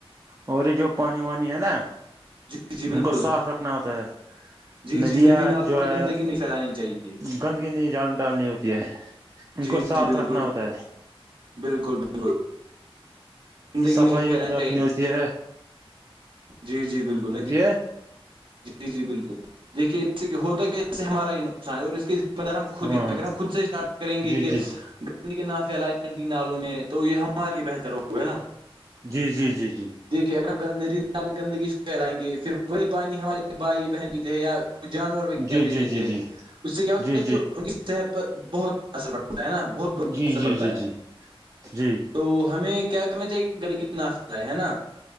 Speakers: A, on the right; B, on the right.
A: اور یہ جو پانی وانی ہے نا
B: جی جی بالکل
A: ان گ کو صاف رکھن ہوا تیار
B: جی
A: ندیاں
B: جی ندی نال
A: جو
B: میں
A: ہے
B: گندگی نہیں پھیلانی چاہیے
A: گند گ ن جال ڈالنی ہوتی ہے ہم
B: جی
A: کو صاف
B: جی بالکل
A: رکھنؤتا
B: بالکل بالکل زندگی
A: صفائی
B: نہیں پھیلانی
A: ہو
B: چاہیے
A: رکھنی ہوتی ہے
B: جی جی بالکل ہے ج
A: ہ
B: جی جی بالکل دیکھیے اس سے ہوتا ہے کہ اس سے ہمارا یہ نقصان ہے اور اس کے دار ہم خود
A: ہاں
B: ہی اگر ہم خود سے اسٹارٹ کریں گے
A: جی
B: کہ
A: جی جی
B: نہ پھیلائی ت نالوں میں تو یہ ہمارے لیے بہتر ہوگا نا
A: جی جی جی جی
B: دیکھیے اگر ہم ندی نال گندگی پھیرائیں گے پھر وہی پانی ہمارے بھائی بہن بھی تھے یا جانور وغیرہ
A: جی جی
B: بھی لیتے
A: جی جی
B: اس سے کیا
A: جی
B: ہوتا
A: جی جی
B: تھا کہ صحت پر بہت اثر پڑتا ہے نا بہت برا
A: جی
B: اثر
A: جی
B: پڑتا
A: جی
B: ہے
A: جی جی
B: تو ہمیں کیا کرنا چاہیے کہ گڑ ناف ہے نا